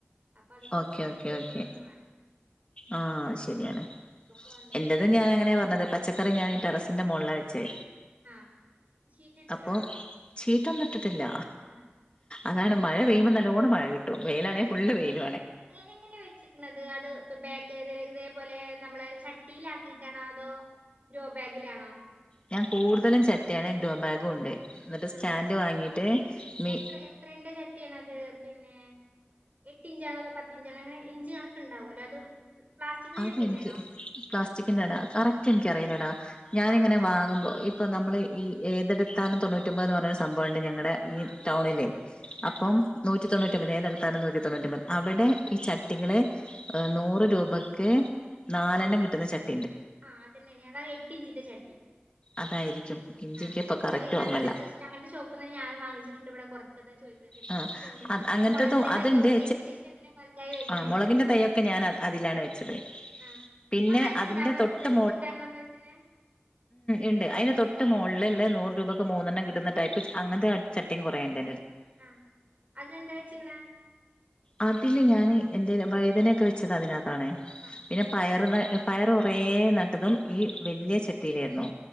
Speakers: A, on the right; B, on the left.
A: അപ്പൊ അതൊക്കെ
B: ഓക്കെ
A: നമ്മൾ നനച്ചു
B: ഓക്കെ
A: കൊടുക്കന്നെ
B: ഓക്കേ
A: വേണം
B: ആഹ് ശരിയാണ്
A: ഇതൊക്കെ വന്നിട്ട്
B: എൻ്റത്
A: നനച്ച്
B: തന്ന്യാ ഞാാനങ്ങനെ
A: റെഡിയാക്കി
B: പറഞ്ഞത് പച്ചക്കറി ഞൻ ഈ ടെറസിന്റെ മോള് അ ശെ
A: ആഹ് ഷീറ്റിട്ട്ക്ക്ണാ
B: അപ്പോൾ ചീട്ടൊന് ഇട്ടിട്ടില്ല
A: ആഹ്
B: അതാണ് മഴ പെയ്യുമ്പ നല്ലോണം മഴ വെയിലാണെ
A: നല്ല
B: ഫുള്ളള്
A: സുഖാണല്ലേ
B: വയിൽ
A: എങ്ങനെ വെച്ചിക്കണത് അത് ഇതേപോലെ നമ്മളെ ചട്ടിയിലാ ക്കിയിട്ടാണോ അതോ ഡ്രോ ബാഗിലാണോ
B: ഞാൻ കൂടുതലും ചട്യാണ് ഗ്രോ ബാഗും ഉണ്ട് എന്നിട്ട്
A: ആഹ്
B: സ്റ്റാൻഡ് വാങ്ങിയിട്ട്
A: ചട്ടി
B: മി
A: എത്ര എത്രൻ്റെ ചട്ടിയാണ് അത് പിന്നെ എട്ട് ഇഞ്ചാണോ അതോ പത്ത് ഇഞ്ചണോ അങ്ങനെ ഇഞ്ച് കണക്ക് ഉണ്ടാവുല്ലോ അതും പ്ലാസ്റ്റിക്കിന്റെ
B: അതെ
A: ചട്ടി തന്നെയാണോ
B: എനിക്ക് പ്ലാസ്റ്റിക്കിന്റെണ് കറക്റ്റ് എനിക്ക് റയിനടാ <unintelligible> ഞാനിങ്ങനെ
A: ആഹ്
B: വാങ്ങുമ്പോ ഇപ്പ നമ്മള് ഈ ഏതെടുത്താലും തൊണ്ണൂറ്റിമ്പപതെന് പറഞ്ഞൊരു സംഭവുണ്ട് ഞ ണ <unintelligible> ഞങ്ങടെ ഈ
A: ആഹ്
B: ടൗണിലെ
A: ആഹ്
B: അപ്പം നൂറ്റി തൊണ്ണൂറ്റൊമ്പത് ഏതെടുത്താലും നൂറ്റി തൊണ്ണൂറ്റിമ്പത് അവിടെ ഈ ചട്ടികളെ നൂറ് രൂപ- ട്ടി നാലെണ്ണം കിട്ടുന്ന ചട്ട
A: ആഹ അത്തന്നെയണ അതാ ഏട്ട് ഇഞ്ചിന്റെ ചട്ടി
B: അതായിരിക്കും ഇഞ്ചിക്ക്
A: ആഹ്
B: ഇപ്പൊ
A: ഇവിടെ
B: കറക്റ്റ്
A: ഇണ്ടത്
B: ഓർമ്മല്ല
A: അങ്ങനത്തെ അങ്ങനത്തെ ഷോപ്പ്ന്ന ഞാൻ വാങ്ങിച്ചിട്ടുണ്ട് ഇവിടെ കൊറച്ചതാ ചോദിക്കണത്
B: ആ
A: കൊറച്ചുണ്ട്
B: അങ്ങനത്തെതും
A: മുളകിന്റെ കയ്യകളൊക്കെ
B: അതുണ്ട്
A: ഏകദേശം അങ്ങനെ വലുതായി വരരുന്നുണ്ട്
B: ആ മുളകിന്റെ തൈയൊക്കെ ഞാൻ അതിലാണ് വെച്ചത്
A: ആഹ
B: പിന്നെ
A: നന്നായിട്ട്
B: അതിന്റെ
A: ഇണ്ടാവണണ്ട്
B: തൊട്ട്
A: നണ്ടണ പോലെ തന്നെ
B: ഉണ്ട് അതിന്റെ തൊട്ട മുകളിൽല്ല നൂറ് രൂപക്ക് മൂന്നെണ്ണം കിട്ടുന്നടൈപ്പ് അങ്ങത്തെ ചട്ടയും കുറേുണ്ട്
A: ആഹ അതെന്താ വെച്ചിക്കണ
B: അതില്ല ഞാന് എൻന്റെ വഴുദനയൊക്കെ വെച്ചത അതിനകത്ത് ആണ
A: ആഹ്
B: പിന്നെ പയറ പയർ കുറേ നട്ടതും ഈ വലിയ ചെട്ടി കത്തിയിലായിരുന്നു